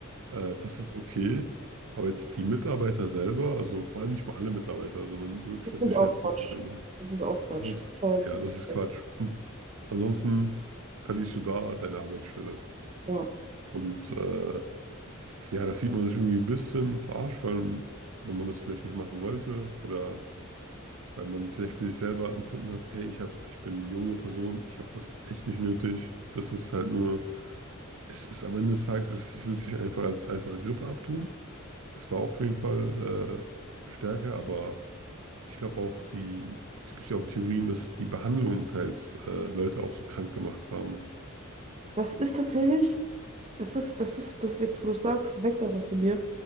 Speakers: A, on the right; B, on the right.
A: Äh, das ist okay, aber jetzt die Mitarbeiter selber, also vor allem nicht mal alle Mitarbeiter, sondern wirklich
B: Natürlich
A: das Sicherheitspersonal,
B: auch Quatsch.
A: ne?
B: Das ist auch Quatsch.
A: das ist,
B: Halt,
A: ja, das ist
B: äh,
A: Quatsch. Und ansonsten verlierst du da deine Arbeitsstelle.
B: ja.
A: Und äh, ja, da fühlt man sich irgendwie ein bisschen verarscht, vor allem, wenn man das vielleicht nicht machen wollte oder weil man vielleicht für sich selber empfunden hat, hey, ich hab, ich bin eine junge Person, ich habe das echt nicht nötig. Das ist halt nur, es ist am Ende des Tages, es, ich will es nicht einfach als einfache Grippe abtun. Es war auch auf jeden Fall äh, stärker, aber ich glaube auch die, es gibt ja auch Theorien, dass die Behandlungen teils äh, Leute auch so krank gemacht haben.
B: Das ist tatsächlich, das ist, das ist, das ist jetzt, wo du sagst, es weckt auch was in mir.